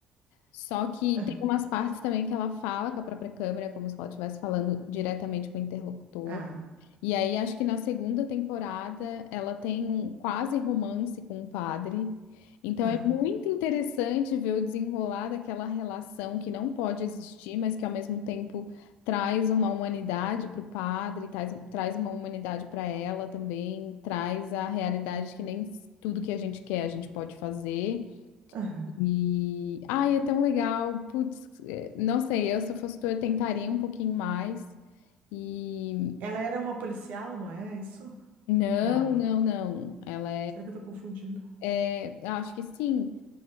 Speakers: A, on the left; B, on the right.
A: Só que
B: aham,
A: tem umas partes também que ela fala com a própria câmera, como se ela estivesse falando diretamente com o interlocutor.
B: ah,
A: E aí, acho que na segunda temporada ela tem um quase romance com o padre. Então
B: aham,
A: é muito interessante ver o desenrolar daquela relação que não pode existir, mas que ao mesmo tempo traz uma humanidade para o padre, traz, traz uma humanidade para ela também, traz a realidade de que nem tudo que a gente quer a gente pode fazer.
B: aham.
A: E ai, é tão legal. Putz, eh, não sei, eu se eu fosse tu, eu tentaria um pouquinho mais. E
B: Ela era uma policial, não é isso?
A: Não,
B: Não.
A: não, não. Ela
B: Será que eu tô confundindo?
A: é, acho que sim.